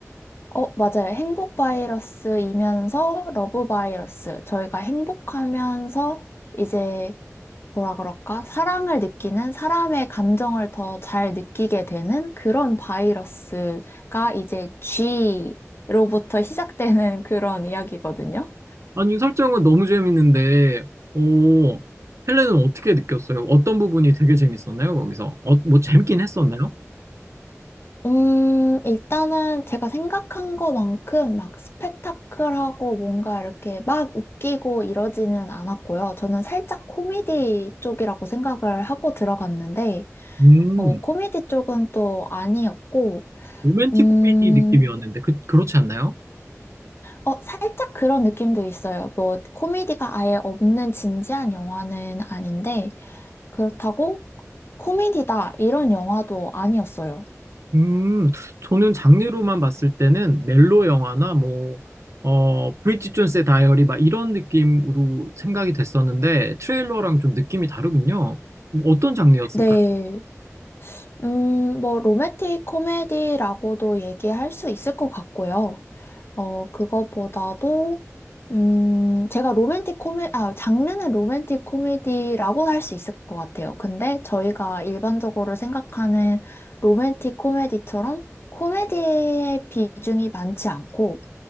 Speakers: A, on the left; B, on the right.
A: 어, 맞아요. 행복 바이러스이면서 러브 바이러스. 저희가 행복하면서 이제 뭐라 그럴까? 사랑을 느끼는 사람의 감정을 더 잘 느끼게 되는 그런 바이러스가 이제 G로부터 <laughs> 시작되는 그런 이야기거든요.
B: 아니, 설정은 너무 재밌는데, 오, 헬레는 어떻게 느꼈어요? 어떤 부분이 되게 재밌었나요, 거기서? 어, 뭐 재밌긴 했었나요?
A: 음, 일단은 제가 생각한 것만큼 막 스펙타클하고 뭔가 이렇게 막 웃기고 이러지는 않았고요. 저는 살짝 코미디 쪽이라고 생각을 하고 들어갔는데,
B: 음,
A: 어, 코미디 쪽은 또 아니었고,
B: 로맨틱
A: 음,
B: 코미디 느낌이었는데, 그, 그렇지 않나요?
A: 어, 살짝 그런 느낌도 있어요. 뭐, 코미디가 아예 없는 진지한 영화는 아닌데, 그렇다고 코미디다, 이런 영화도 아니었어요.
B: 음, 저는 장르로만 봤을 때는 멜로 영화나 뭐, 어, 브리짓 존스의 다이어리 막 이런 느낌으로 생각이 됐었는데, 트레일러랑 좀 느낌이 다르군요. 뭐 어떤 장르였을까요?
A: 네. 음, 뭐, 로맨틱 코미디라고도 얘기할 수 있을 것 같고요. 어, 그거보다도, 음, 제가 로맨틱 코미, 아, 장르는 로맨틱 코미디라고 할 수 있을 것 같아요. 근데 저희가 일반적으로 생각하는 로맨틱 코미디처럼 코미디의 비중이 많지 않고,